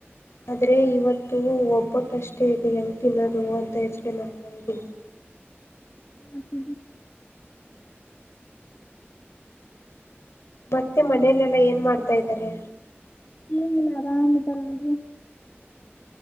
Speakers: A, on the left; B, on the left.
A: ಆದ್ರೆ ಇವತ್ತು ಒಬ್ಬಟ್ಟಷ್ಟೇ ಇದೆ ಹೆಾವ ತಿನ್ನೋದು ಅಂತ ಯಚರಿ ಮಾಡ್ತಾ ಇದ್ದೀನಿ
B: ಮತ್ತ
A: ಮತ್ತೆ ಮನೇಲೆಲ್ಲಾ ಏನ್ ಮಾಡ್ತಾ ಇದ್ದಾರೆ
B: ಇ ಇಲ್ಲ ಆರಾಮ್ಿತಾರ ಅಲ್ರಿ